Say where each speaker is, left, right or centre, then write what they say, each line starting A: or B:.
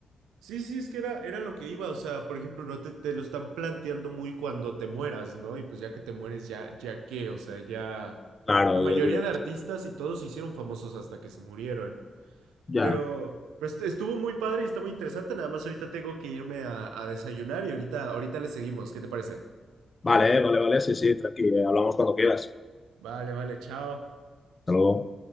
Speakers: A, on the right; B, on the left.
A: Sí, sí, es que era, era lo que iba. O sea, por ejemplo, no te, te lo están planteando muy cuando te mueras, ¿no? Y pues ya que te mueres, ya, ya qué, o sea, ya.
B: Claro,
A: La mayoría
B: yo digo,
A: de
B: no,
A: artistas y todos se hicieron famosos hasta que se murieron.
B: ya.
A: Pero, pero est- estuvo muy padre y está muy interesante. Nada más ahorita tengo que irme a, a desayunar y ahorita, ahorita le seguimos. ¿Qué te parece?
B: Vale, vale, vale, sí, sí, tranquilo, hablamos cuando quieras.
A: Vale, vale, chao.
B: Hasta luego.